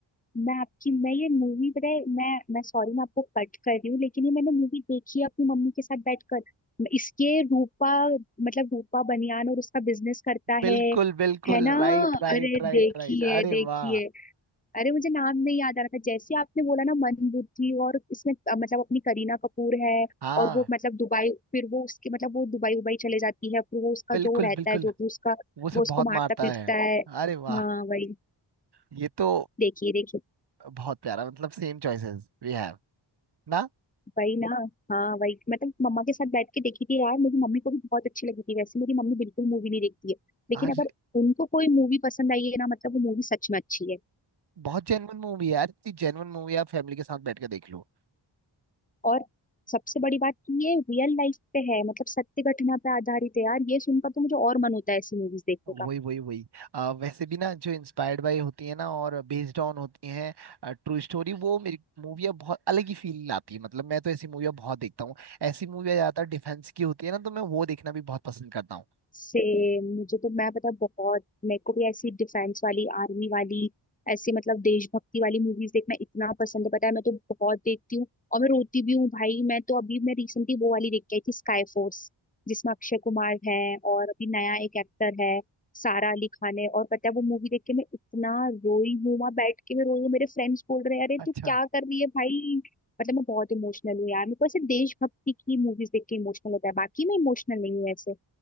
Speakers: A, on the left (about 15°); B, on the right (about 55°).
A: मैं आपकी मैं ये मूवी पता है मैं मैं सॉरी मैं आपको कट कर रही हूँ लेकिन ये मैंने मूवी देखी है अपनी मम्मी के साथ बैठकर इसके रूपा मतलब रूपा बनियान और उसका बिजनेस करता
B: बिल्कुल
A: है
B: बिल्कुल
A: है ना
B: राइट राइट
A: अरे
B: राइट
A: देखिए
B: राइट अरे
A: देखिए
B: वाह
A: अरे मुझे नाम नहीं याद आ रहा था जैसे आपने बोला ना मन बुद्धि और इसमें अ, मतलब अपनी करीना कपूर है
B: हाँ
A: और वो मतलब दुबई फिर वो उसके मतलब वो दुबई उबई चले जाती है फिर वो उसका
B: बिल्कुल
A: जो रहता
B: बिल्कुल
A: है जो भी उसका
B: वो सब
A: वो उसको
B: बहुत
A: मारता
B: मारता
A: पीटता
B: है
A: है
B: अरे वाह
A: हाँ वही
B: ये तो
A: देखिए देखिए
B: बहुत प्यारा मतलब सेम चॉइसेस वी हैव ना
A: वही ना हाँ वही मतलब मम्मा के साथ बैठ के देखी थी यार मेरी मम्मी को भी बहुत अच्छी लगी थी वैसे मेरी मम्मी बिल्कुल मूवी नहीं देखती है लेकिन
B: आज
A: अगर उनको कोई मूवी पसंद आई है ना मतलब वो मूवी सच में अच्छी है
B: बहुत जेनवन मूवी है यार इतनी जेनवन मूवी आप फैमिली के साथ बैठ के देख लो
A: और सबसे बड़ी बात कि ये रियल लाइफ पे है मतलब सत्य घटना पे आधारित है यार ये सुनकर तो मुझे और मन होता है ऐसी मूवीज देखने
B: वही
A: का
B: वही वही अ, वैसे भी ना जो इंस्पायर्ड बाय होती है ना और बेस्ड ऑन होती हैं ट्रू स्टोरी वो मेरी मूवियाँ बहुत अलग ही फील लाती है मतलब मैं तो ऐसी मूवियाँ बहुत देखता हूँ ऐसी मूवियाँ ज्यादातर डिफेंस की होती है ना तो मैं वो देखना भी बहुत पसंद करता हूँ
A: सेम मुझे तो मैं पता है, बहुत मेरे को भी ऐसी डिफेंस वाली आर्मी वाली ऐसी मतलब देशभक्ति वाली मूवीज देखना इतना पसंद है पता है मैं तो बहुत देखती हूँ और मैं रोती भी हूँ भाई मैं तो अभी मैं रिसेंटली वो वाली देख के आई थी स्काई फोर्स जिसमें अक्षय कुमार है और अभी नया एक एक्टर है सारा अली खान है और पता है वो मूवी देख के मैं इतना रोई हूँ वहां बैठ के मैं रोई हूँ मेरे फ्रेंड्स बोल रहे हैं अरे
B: अच्छा
A: तू क्या कर रही है भाई मतलब मैं बहुत इमोशनल हूँ यार मेरे को ऐसे देशभक्ति की मूवीज देख के इमोशनल होता है बाकी मैं इमोशनल नहीं हूँ ऐसे